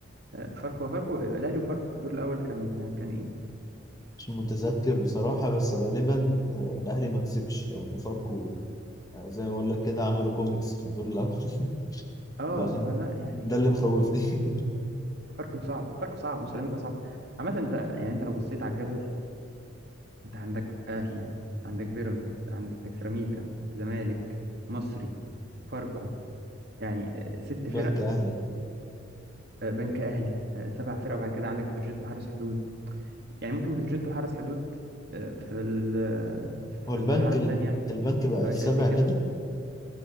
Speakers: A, on the right (about 60°); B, on the left (about 20°).
A: آه، فاركو فاركو الاهلي وفاركو في الدور الاول كان كان ايه
B: مش متذكر بصراحة بس غالبا آه، الأهلي ما كسبش لأن فاركو آه، زي ما بقول لك كده عملوا كوميكس في الدور الأول <laughs>
A: اه
B: فعشان
A: فلا يعني
B: ده اللي مخوفني <laughs>
A: فاركو صعب فاركو صعب وسيراميكا صعب عامه انت يعني انت لو بصيت على الجدول انت عندك اهلي عندك بيراميدز عندك سيراميكا زمالك مصري فاركو يعني آه، ست
B: بنك
A: فرق
B: اهلي
A: آه، بنك اهلي آه، سبع فرق وبعد كده عندك بتروجيت وحرس حدود يعني ممكن بتروجيتو حرز حدود آه، في ال- آه، في في
B: هو البنك
A: المرحله الثانيه
B: ال... البنك بقى
A: مبقاش
B: السابع
A: قد كده
B: كده